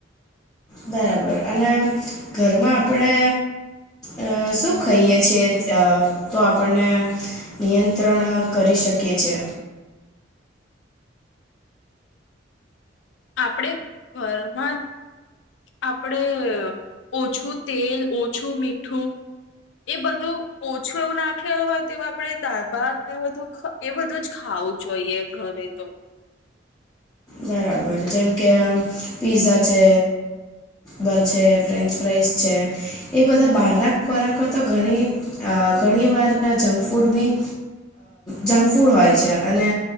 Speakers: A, on the left; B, on the left.
A: બરાબર અને ઘરમાં આપણે અ શું ખાઈએ છીએ અ તો આપણને નિયંત્રણ કરી શકે છે.
B: આપડે ઘરમાં આપડે ઓછું તેલ ઓછું મીઠું એ બધું ઓછું એવું નાખેલું હોય તો આપણે દાર ભાત ને બધું એ બધું જ ખાવું જોઈએ ઘરે તો.
A: બરાબર જેમ કે આમ પીઝા છે. બર્ગર છે ફ્રેન્ચ ફ્રાઈઝ છે એ બધા બહારના ખોરાક તો ઘણી અ ઘણી વાર જંક ફૂડ બી જંક ફૂડ હોય છે અને